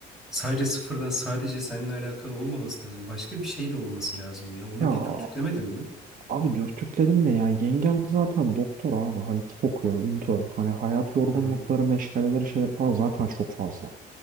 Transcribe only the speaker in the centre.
sadece sıfırdan sadece seninle alakalı olmaması lazım. Başka bir şey de olması lazım ya. Onu
bir dürtüklemedin mi?
Hı hı.